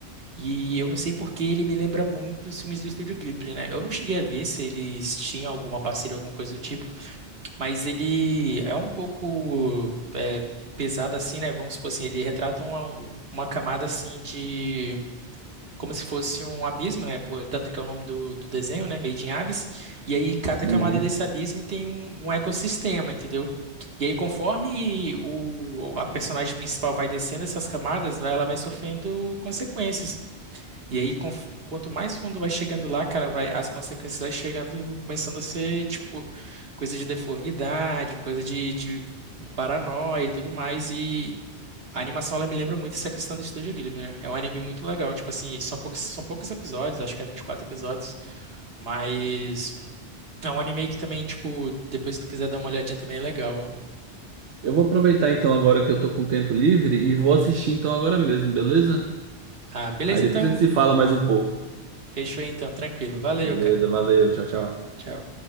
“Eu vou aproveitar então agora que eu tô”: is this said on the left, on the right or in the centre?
Right